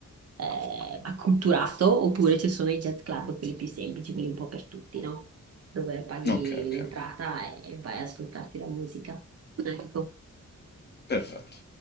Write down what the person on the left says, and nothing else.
Ok, ok.
Perfetto.